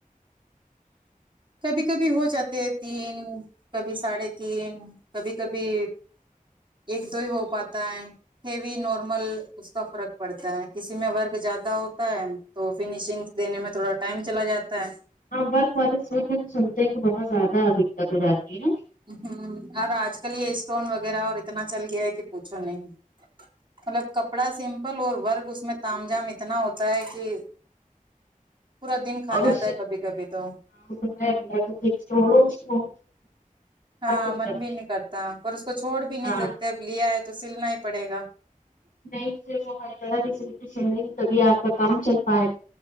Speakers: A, on the right; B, on the left.
A: کبھی کبھی ہو جاتے ہیں تین کبھی ساڑھے تین کبھی کبھی ایک دو ہی ہو پاتا ہے ہیوی نارمل اس کا فرق پڑتا ہے کسی میں ورک زیادہ ہوتا ہے تو فنیشنگ دینے میں تھوڑا ٹائم چلا جاتا ہے
B: ورک والے سچ میں تو سنتے ہیں کہ بہت زیادہ دقت ہو جاتی ہے
A: ہم اور آج کل یہ اسٹون وغیرہ اور اتنا چل گیا ہے کہ پوچھو نہیں مطلب کپڑا سمپل اور ورک اس میں تم جام اتنا ہوتا ہے کہ پورا دن کھا
B: اور
A: جاتا
B: اس سے
A: ہے کبھی کبھی تو
B: <unintelligible>
A: ہاں
B: پھر
A: من
B: جب
A: بھی نہیں کرتا پر اس کو چھوڑ بھی نہیں
B: ہاں
A: سکتے اب لیا ہے تو سلنا ہی پڑے گا
B: نہیں تو صرف وہ ہر طرح کی سلوئ سل رہی تبھی آپ کا کام چل پائے